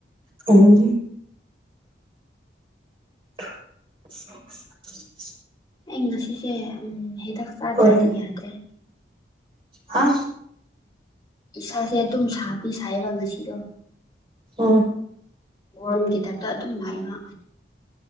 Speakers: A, on the right; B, on the left.
A: ꯎꯝ <unintelligible>
B: ꯑꯩ ꯉꯁꯤꯁꯦ ꯎꯝ ꯍꯦꯗ ꯁꯥꯗ꯭ꯔꯗꯤ
A: ꯍꯣꯏ
B: ꯌꯥꯗ꯭ꯔꯦ
A: ꯍꯥ
B: ꯏꯁꯥꯁꯦ ꯑꯗꯨꯝ ꯁꯥꯕꯤ ꯁꯥꯏꯌꯦꯕ ꯉꯁꯤꯗꯣ
A: ꯍ
B: ꯣꯟꯒꯤꯗꯞꯛꯇ ꯑꯗꯨꯝꯅꯏ ꯋꯥ